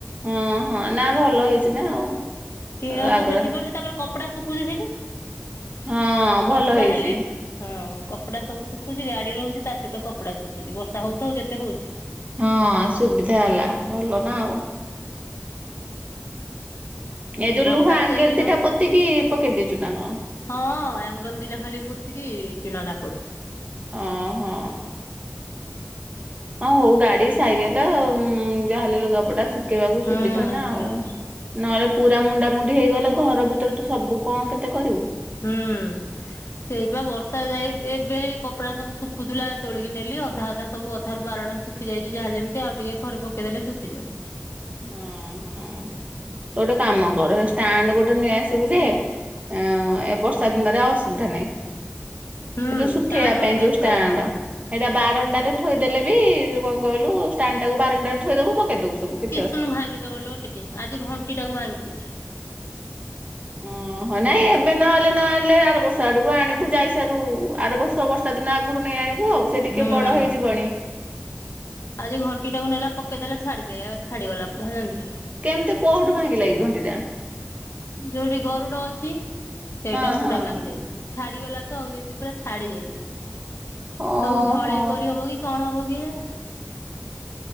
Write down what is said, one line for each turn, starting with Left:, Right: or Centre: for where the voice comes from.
Right: ହଁ ହଁ ନା ଭଲ ହେଇଛି ନା ଆଉ
Left: ଟିଣ
Right: ଆଗରେ
Left: ତ ସେଠି ପଡୁଛି ତାପରେ କପଡା ଶୁଖୁଛି ସେଠି
Right: ହଁ ଭଲ
Left: ବର୍ଷା
Right: ହେଇଛି
Left: ହେଲେ ହଁ କପଡା ସବୁ ଶୁଖୁଛି ଗାଡ଼ି ରହୁଛି ତା ସହିତ କପଡ଼ା ଶୁଖୁଛି ବର୍ଷା ହେଉଥାଉ ଯେତେ ହେଉଛି
Right: ହଁ ସୁବିଧା ହେଲା ଭଲ ନା ଆଉ ଏଇ ଯୋଉ
Left: ବର୍ଷା
Right: ଲୁହା ଆଙ୍ଗେଲ
Left: ସେଇଦିନ
Right: ଦିଟା ପୋତିକି ପକେଇ ଦେଇଛୁ ନା କଣ
Left: ହଁ ଏଙ୍ଗଲ ଦିଟା ଖାଲି ପୋତିକି ଟିଣଟା ପଡିଛି
Right: ଓହୋ ହଁ ହଉ ଗାଡି ସାଇକେଲ ଯାହାଲେ ଲୁଗାପଟା ଶୁଖେଇବାକୁ
Left: ହୁଁ
Right: ସୁବିଧା ନା
Left: ହୁଁ
Right: ଆଉ ନହେଲେ ପୁରା ମୁଣ୍ଡାମୁଣ୍ଡି ହେଇଗଲେ ଘର ଭିତରେ ତୁ ସବୁ କଣ କେତେ କରିବୁ
Left: ହୁଁ ସେଇପା ବର୍ଷା ଯାଇ ଏବେ ଏବେ କପଡ଼ା ସବୁ ଶୁଖୁଥିଲା ତୋଳିକି ନେଲି ଅଧା ଅଧା ସବୁ ଅଧାରୁ ବାରଣା ଶୁଖୁ ଶୁଖି ଯାଇଛି ଯାହା ଯେମିତି ଆଉ ଟିକେ ଘରେ ପକେ ଇ ଦେଲେ ଶୁଖିଯିବ
Right: ହଁ ହଁ ତୁ ଗୋଟେ କାମ କର ହେଇ ଷ୍ଟାଣ୍ଡ ଗୋଟେ ନେଇଆସିବୁ ଯେ ଅ ଏ ବର୍ଷା ଦିନରେ ଅସୁବିଧା ନାହିଁ
Left: ହୁଁ
Right: ଯଉ ସୁଖେ
Left: ଷ୍ଟାଣ୍ଡ
Right: ଆପେ
Left: ଗୋଟେ
Right: ପାଇ
Left: ଦରକାର
Right: ଯୋଉ ଷ୍ଟାଣ୍ଡ
Left: ହଁ।
Right: ଏଇଟା ବାରଅଣ୍ଡା ରେ ଥୋଇଦେଲେ ବି କଣ କହିଲୁ ଷ୍ଟାଣ୍ଡ ଟାକୁ ବାରଣ୍ଡା ଟାରେ ଥୋଇଦବୁ ପକେଇଦବୁ ସବୁ କି
Left: ଶୁନୁ ଭାଙ୍ଗିଦେବଲ ଟିକେ ଆଜି ଘଣ୍ଟିଟାକୁ ଭାଙ୍ଗି ଦେଇଛି
Right: ଓହ ନାଇଁ ଏବେ ନହେଲେ ନ ଆଣିଲେ ଆର ବର୍ଷ ଆଡକୁ ଆଣିବୁ ଯାଇସାରୁ ଆର ବର୍ଷ ଛ ବର୍ଷା ଦିନ ଆଗରୁ ନେଇ ଆଣିବୁ ଆଉ ସେ ଟିକେ
Left: ହୁଁ।
Right: ବଡ ହେଇଯିବଣି
Left: ଆଜି ଘଣ୍ଟି ଟାକୁ ନେଲା ପକେଇଦେ ଛାଡିଦେ ଆ ଛାଡିଗଲା ପୁରା ଜାଣିଛୁ
Right: କେମିତି କୋଉଠୁ ଭାଙ୍ଗି ଲାଗି ଘଣ୍ଟିଟା?
Left: ଯୋଉଠି ଗରୁଡ ଅଛି ସେଇଟା
Right: ହଁ
Left: ପୁରା
Right: ହଁ
Left: ଭାଙ୍ଗି ଯାଇଛି। ଛାଡିଗଲା ତ ଆଉ ଯେମିତି ପୁରା ଛାଡି ଯାଇଛି।
Right: ଓହୋ
Left: ଆଉ ଝଳେଇ କରିହବ କି? କଣ ହବ କେଜାଣି।